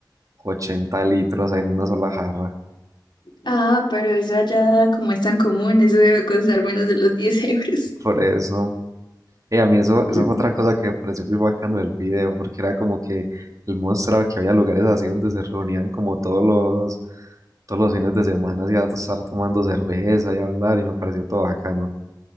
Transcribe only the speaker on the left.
Ah, pero eso allá como es tan común, eso debe costar menos de los 10 euros.
Mm.